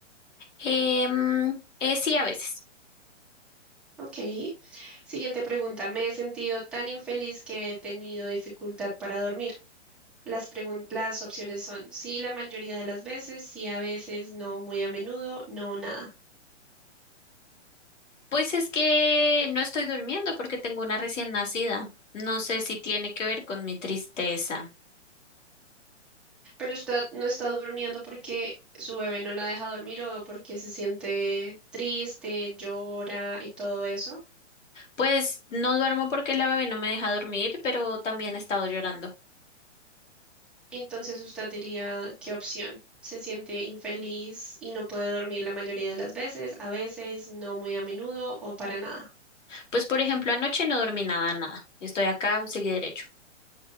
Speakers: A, on the left; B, in the centre.
A: Em, eh, sí, a veces.
B: Ok. Siguiente pregunta. Me he sentido tan infeliz que he tenido dificultad para dormir. Las pregun- las opciones son sí la mayoría de las veces, sí a veces, no muy a menudo, no nada.
A: Pues es que no estoy durmiendo porque tengo una recién nacida. No sé si tiene que ver con mi tristeza.
B: Pero usted no está durmiendo porque su bebé no la deja dormir o porque se siente triste, llora y todo eso.
A: Pues no duermo porque la bebé no me deja dormir, pero también he estado llorando.
B: Entonces usted diría, ¿qué opción? Se siente infeliz y no puede dormir la mayoría de las veces, a veces, no muy a menudo o para nada.
A: Pues por ejemplo, anoche no dormí nada, nada. Estoy acá, seguí derecho.